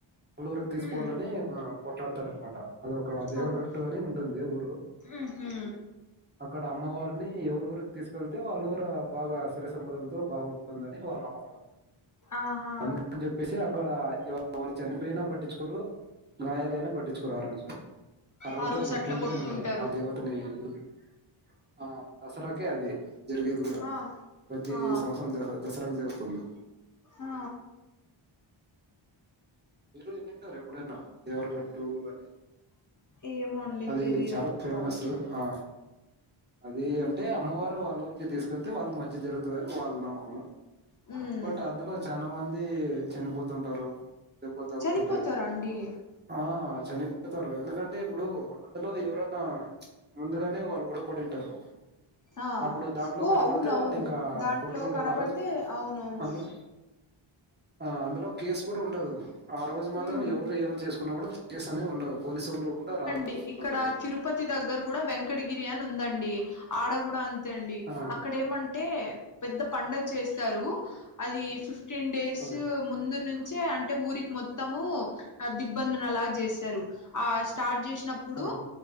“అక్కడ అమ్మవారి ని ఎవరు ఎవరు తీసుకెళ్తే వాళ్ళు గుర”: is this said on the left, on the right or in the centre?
Right